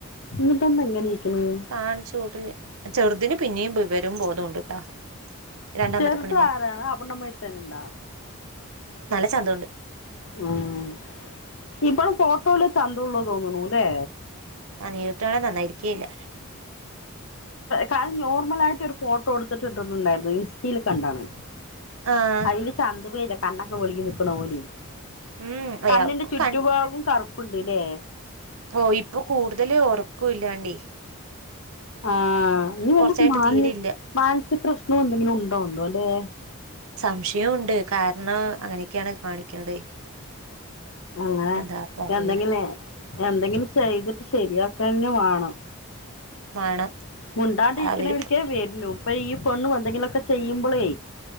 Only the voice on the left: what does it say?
ഇന്നിട്ടെന്താ ഇങ്ങനെ ഇരിക്കണ്
ചെറുതും
ആരാണ് അവിടെമ്മ തന്നെ ഇണ്ടാ
ഉം ഇപ്പ ഫോട്ടോയിൽ ചന്തമുള്ള് തോന്ന്ണുല്ലേ
കാര്യം നോർമൽ ആയിട്ട് ഒരു ഫോട്ടോ എടുത്തിട്ട് ഇട്ടിട്ടുണ്ടായിരുന്നു ഇൻസ്റ്റെൽ കണ്ടാണ്
അതില് ചന്തപല്ല കണ്ണൊക്കെ വെളുകി നിക്കുന്ന പോലണ്ട്
കണ്ണിന്റെ ചുറ്റുഭാഗും
കറുപ്പുണ്ട്ല്ലേ
ആഹ് ഇഞ്ഞ്
വല
മാനസിക പ്രശ്നംഎന്തെങ്കിലും ഉണ്ടോണ്ടോ ല്ലെ
അങ്ങനെ
എന്തെങ്കിന്നെ എന്തെങ്കിലും ചെയ്തിട്ട് ശരിയാക്കെന്നെ വേണം
മുണ്ടാണ്ടിരിക്കണവർക്കെ
വരുന്നു ഇപ്പൊ ഈ പെണ്ണും എന്തെങ്കിലുമൊക്കെ ചെയ്യുമ്പോളെ